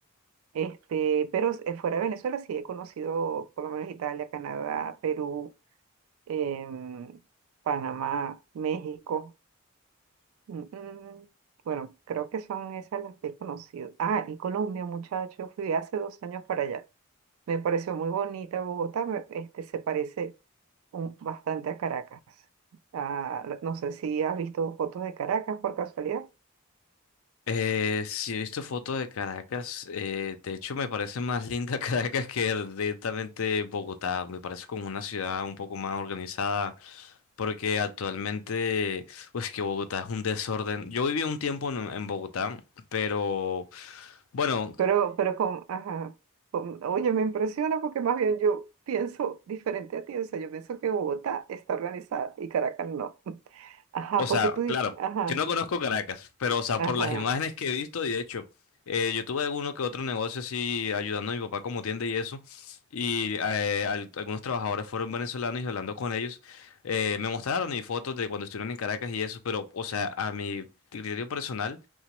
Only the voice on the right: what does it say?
Este, pero s- eh, fuera de Venezuela sí he conocido por lo menos Italia, Canadá, Perú, em, Panamá, México. Mm, mm. Bueno, creo que son esas las que he conocido. Ah, y Colombia, muchacho, fui hace dos años para allá. Me pareció muy bonita Bogotá, me- este, se parece un- bastante a Caracas. Ah, la- no sé si has visto fotos de Caracas por casualidad,
pero, pero con, ajá, con- oye, me impresiona porque más bien yo pienso diferente a ti, o sea, yo pienso que Bogotá está organizada y Caracas no. <laughs> Ajá,
porque tú dices,
ajá,
ajá,